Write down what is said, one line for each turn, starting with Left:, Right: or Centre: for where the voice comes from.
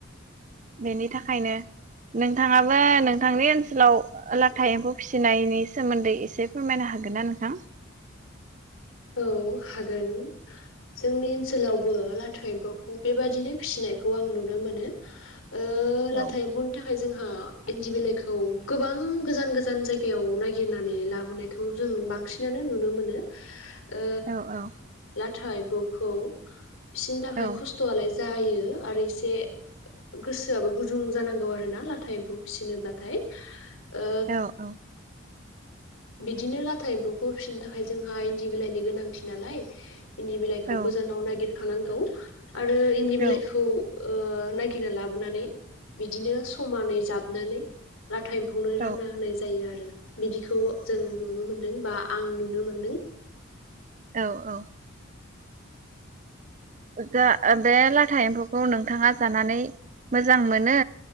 Right: बेनि थाखायनो नोंथाङाबो नों थांनि ओनसोलाव लाथा एम्फौ फिसिनायनि सोमोन्दै इसे फोरमायनो हागोन ना नोंथां
Left: औ हागोन जोंनि ओनसोलावबो लाथा एम्फौखौ बेबादिनो फिसिनायखौ आं नुनो मोनो ओह लाथा
Right: औ
Left: एम्फौनि थाखाय जोंहा इनजि बिलाइखो औ गोबां गोजान गोज जान जायगायाव नागिरनानै लाबोनायखौ जों बांसिनानो नुनो मोनो। ओ
Right: औ औ
Left: लाथ था एम्फौखौ। फिसिनो थाखाय
Right: औ
Left: खस्तआलाय जायो आरो इसे गोसोआबो गुजुं जानांगौ आरो ना लाथा एम्फौ फिसिनोबाथाय। ओ
Right: औ औ
Left: बिदिनो लाथा एम्फौखौ फिसिनो थाखाय जोंहा इन्दि बिलाइनि गोनांथि नालाय इनदि बिलाइखौ
Right: औ
Left: गोजानाव नागिर खानांगौ। आरो इन्दि
Right: औ
Left: बिलाइखौ ओ नागिरना लाबोनानै बिदिनो समानै जाबनानै लाथा एम्फौनो रानना
Right: औ
Left: होनाय जायो आरो बेखौ जों नुनो मोनदों बा ओं नुनो मोनदों।
Right: औ औ। जा बे लाथा एम्फौखौ नोंथाङा जानानै मोजां मोनो